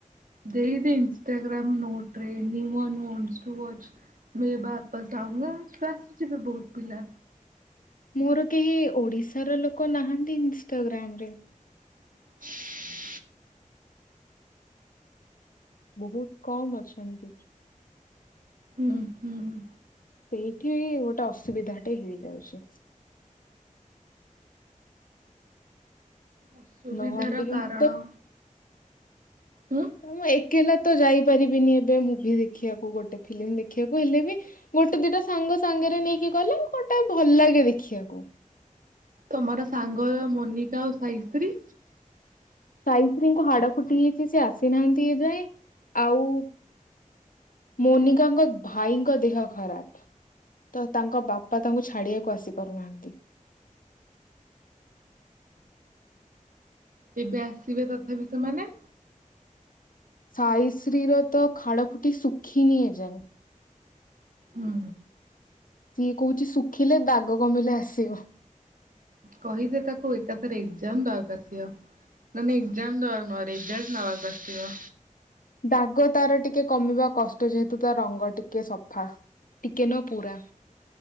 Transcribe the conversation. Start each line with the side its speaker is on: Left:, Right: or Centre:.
Right: ଦେଇଦେ ଇନଷ୍ଟାଗ୍ରାମ ନୋଟରେ any one wants to watch ମେ ବାପସ ଆଉଙ୍ଗା ଟ୍ରସ୍ ଆସିବେ ବହୁତ ପିଲା।
Left: ମୋର କେହି ଓଡିଶାର ଲୋକ ନାହାନ୍ତି ଇନଷ୍ଟାଗ୍ରାମ ରେ।
Right: <inaudible>
Left: ବହୁତ କମ୍ ଅଛନ୍ତି।
Right: ହୁଁ ହୁଁ ହୁଁ।
Left: ସେଇଠି ଗୋଟେ ଅସୁବିଧାଟେ ହେଇଯାଉଛି।
Right: ଅସୁବିଧାର
Left: ନହେଲେ
Right: କାରଣ।
Left: ମୁଁ
Right: ହୁଁ
Left: ତ ମୁଁ ଏକେଲା ତ ଯାଇପାରିବିନି ଏବେ ମୁଭି ଦେଖିବାକୁ ଗୋଟେ ଫିଲ୍ମ ଦେଖିବାକୁ ହେଲେ ବି ଗୋଟେ ଦିଟା ସାଙ୍ଗ ସାଙ୍ଗରେ ନେଇକି ଗଲେ ଗୋଟା ଭଲ ଲାଗେ ଦେଖିବାକୁ।
Right: ତମର ସାଙ୍ଗ ମୋନିକା ଆଉ ସାଇଶ୍ରୀ
Left: ସାଇତ୍ରୀଙ୍କୁ ହାଡ ଫୁଟି ହେଇଛି ସେ ଆସିନାହାନ୍ତି ଏ ଯାଏ ଆଉ ମୋନିକାଙ୍କ ଭାଇଙ୍କ ଦେହ ଖରାପ ତ ତାଙ୍କ ବାପା ତାଙ୍କୁ ଛାଡିବାକୁ ଆସିପାରୁନାହାନ୍ତି।
Right: ଦିବ୍ୟା ଥିବେ ତଥାପି ସେମାନେ।
Left: ସାଇଶ୍ରୀର ତ ଖାଡ ଫୁଟି ଶୁଖିନି ଏଯାଏ।
Right: ହୁଁ
Left: ସିଏ କହୁଛି ଶୁଖିଲେ ଦାଗ କମିଲେ ଆସିବ।
Right: କହିଦେ ତାକୁ ଏକାଥରେ ଏକ୍ଜାମ ଦବାକୁ ଆସିବ ନ ଏକ୍ଜାମ ଦବାକୁ ନୁହଁ ରେଜଲ୍ଟ ନବାକୁ ଆସିବ।
Left: ଦାଗ ତାର ଟିକେ କମିବା କଷ୍ଟ ଯେହେତୁ ତା ରଙ୍ଗ ଟିକେ ସଫା ଟିକେ ନ ପୁରା